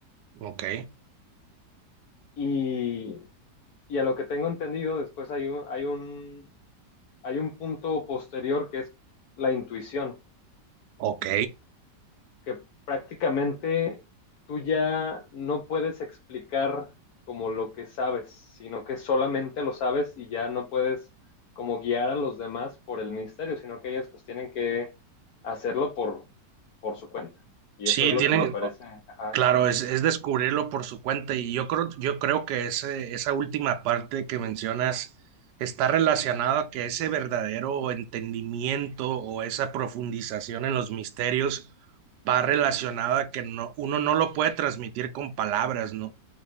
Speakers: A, on the right (about 75°); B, on the left (about 65°).
A: Ok,
B: y, y a lo que tengo entendido, después hay un, hay un, hay un punto posterior que es la intuición.
A: ok.
B: que prácticamente tú ya no puedes explicar como lo que sabes, sino que solamente lo sabes y ya no puedes como guiar a los demás por el misterio, sino que ellos pues tienen que hacerlo por, por su cuenta. Y
A: Sí,
B: eso es lo
A: tienen,
B: que me parece, ajá,
A: Claro, es, es descubrirlo por su cuenta y yo creo, yo creo que ese, esa última parte que mencionas está relacionada a que ese verdadero entendimiento o esa profundización en los misterios va relacionada a que no, uno no lo puede transmitir con palabras, ¿no?